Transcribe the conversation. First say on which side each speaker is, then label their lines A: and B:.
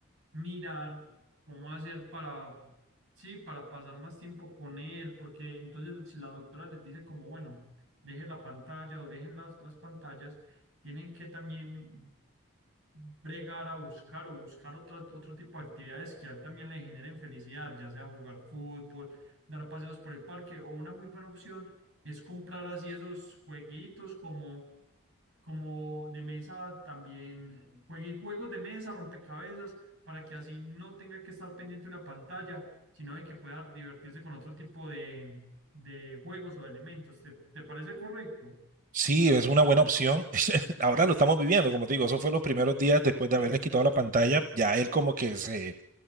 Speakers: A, on the right (about 85°); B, on the right (about 40°).
A: mirar cómo hacer para, sí, para pasar más tiempo con él, porque entonces si la doctora les dice como, bueno, dejen la pantalla o dejen las, las pantallas, tienen que también bregar a buscar o buscar otro, otro tipo de actividades que a él también le generen felicidad, ya sea jugar fútbol, dar paseos por el parque o una muy buena opción es comprar así esos jueguitos como como de mesa también juegue juegos de mesa, rompecabezas, para que así no tenga que estar pendiente de una pantalla, sino de que pueda divertirse con otro tipo de, de juegos o de elementos. ¿Te, te parece correcto?
B: Sí, es una buena opción. <laughs> Ahora lo estamos viviendo, como te digo, eso fue los primeros días después de haberles quitado la pantalla. Ya él como que se